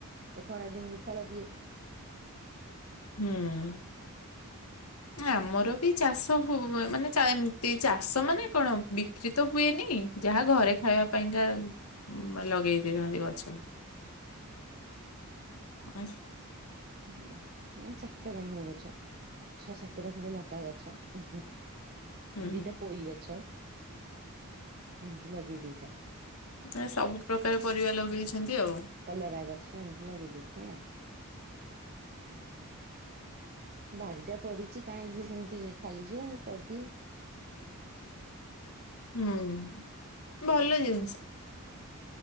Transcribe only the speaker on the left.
ହୁଁ। ଆମର ବି ଚାଷ ହୁଏ ମାନେ ଚା ଏମିତି ଚାଷ ମାନେ କଣ ବି ବିକ୍ରିତ ହୁଏନି ଯାହା ଘରେ ଖାଇବା ପାଇଁକା ଉଁ ଲଗେଇ ଦେଇଥାନ୍ତି ଗଛ। ଆ <unintelligible>
ହୁଁ ହୁଁ
ଏ ସବୁ ପ୍ରକାର ପରିବା ଲଗେଇଛନ୍ତି ଆଉ।
ହୁଁ ଭଲ ଜିନିଷ।